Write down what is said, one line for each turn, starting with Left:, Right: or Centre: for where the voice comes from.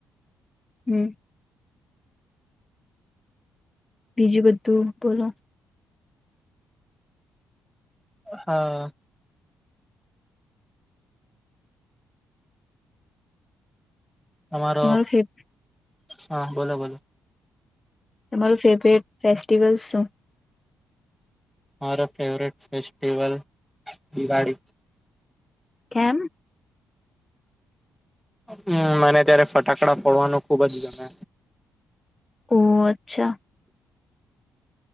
Left: હમ બીજું બધું બોલો
Centre: હા તમારો
Left: તમારું ફેવ
Centre: હા બોલો બોલો
Left: તમારું ફેવરેટ ફેસ્ટિવલ શું
Centre: મારો ફેવરેટ ફેસ્ટિવલ દિવાળી
Left: કેમ
Centre: હમ મને ત્યારે ફટાકડા ફોડવાનું ખુબ જ ગમે
Left: ઓહ અચ્છા